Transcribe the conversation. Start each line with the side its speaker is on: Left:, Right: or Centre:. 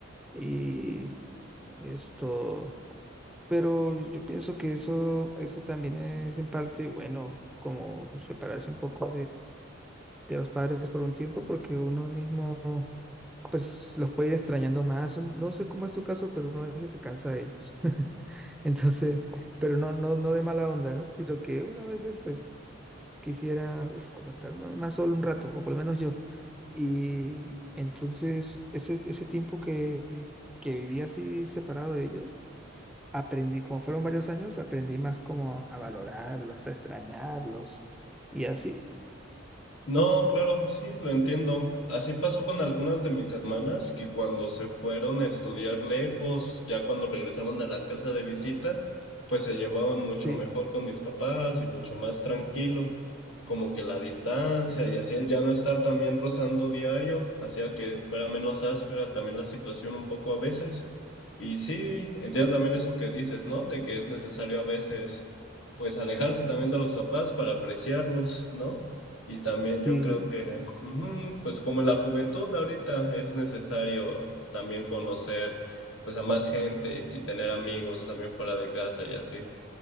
Centre: Y esto, pero yo pienso que eso, eso también es en parte, bueno, como separarse un poco de los padres por un tiempo porque uno mismo pues los puede ir extrañando más. Un- No sé cómo es tu caso, pero uno a veces se cansa de ellos. <laughs> Entonces, pero no, no, no de mala onda, ¿no? Sino que uno a veces pues quisiera uf, como estar ma- más solo un rato, o por lo menos yo. Y entonces ese, ese tiempo que, que viví así separado de ellos, aprendí, como fueron varios años, aprendí más como a valorarlos, a extrañarlos y así.
Left: No,
Centre: Mm.
Left: claro, sí, lo entiendo. Así pasó con algunas de mis hermanas que cuando se fueron a estudiar lejos, ya cuando regresaban de la casa de visita, pues se llevaban mucho
Centre: Sí.
Left: mejor con mis papás y mucho más tranquilo. Como que la distancia y así el ya no estar también rozando diario hacía que fuera menos áspera también la situación un poco a veces. Y sí, entiendo también eso que dices, ¿no? De que es necesario a veces, pues alejarse también de los papás para apreciarlos, ¿no? Y también yo
Centre: Sí,
Left: creo que, ujú, pues como en la juventud de ahorita es necesario también conocer pues a más gente y tener amigos también fuera de casa y así.